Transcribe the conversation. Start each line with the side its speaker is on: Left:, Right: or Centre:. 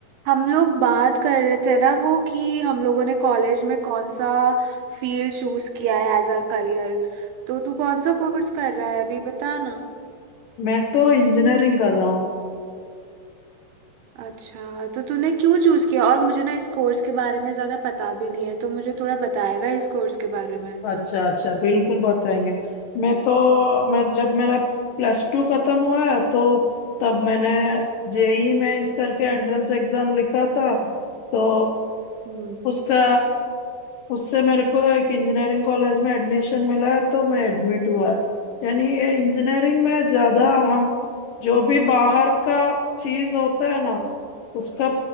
Right: हम लोग बात कर रहे थे ना वो कि हम लोगों ने कॉलेज में कौन सा फील्ड चूज किया है एज आर करियर तो तू कौन सा कोर्स कर रहा है अभी बता ना
Left: मैं तो इंजीनियरिंग कर रहा हूँ
Right: अच्छा तो तूने क्यों चूज किया और मुझे ना इस कोर्स के बारे में ज्यादा पता भी नहीं है तो मुझे थोड़ा बताएगा इस कोर्स के बारे में
Left: अच्छा अच्छा बिल्कुल बताएंगे मैं तो मैं जब मेरा प्लस टू खत्म हुआ तो तब मैंने जेई मेंस करके एंट्रेंस एग्जाम लिखा था तो
Right: हम्म
Left: उसका उससे मेरे को एक इंजीनियरिंग कॉलेज में एडमिशन मिला है तो मैं एडमिट हुआ यानी ये इंजीनियरिंग में ज्यादा हम जो भी बाहर का चीज होता है ना उसका